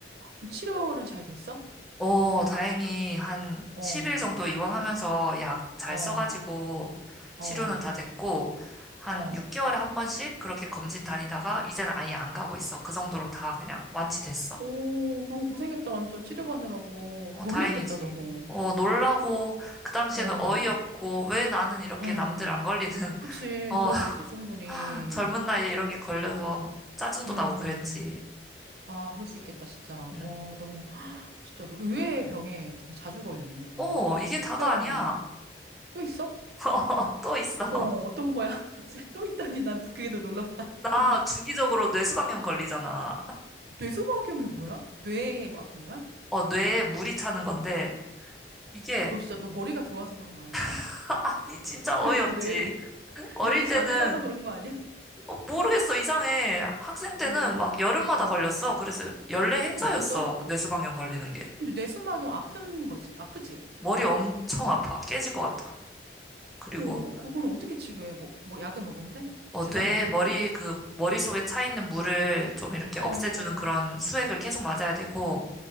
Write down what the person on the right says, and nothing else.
그럼 치료는 잘 됐어?
어,
어,
어,
어.
오, 너무 고생했다, 완전 치료받느라고.
놀랬겠다,
너무.
어,
음,
그치,
그럴 수 있지, 충분히.
음,
아, 그럴 수 있겠다, 진짜.
어, 너무, <gasps> 진짜 의외의 병에 되게 자주 걸렸네, 뭔가.
특별한,
또 있어?
어, 어떤 거야? <laughs> 대체 또 있다니 난 그게 더 놀랐다. 뭔가
뇌수막염이 뭐야? 뇌에 뭐 아픈 거야?
너 진짜 너 머리가 좋아서 그런 거 아니야? 약간?
그래서 뇌 <laughs>
뇌를
자주 써서 그런 거 아니야?
오,
어,
어, 진짜?
근데 뇌수막염 아픈 거지, 아프지?
어, 그, 그거는 어떻게 치료해? 뭐, 뭐 약을 먹으면 돼?
주사
맞으면
돼?
어,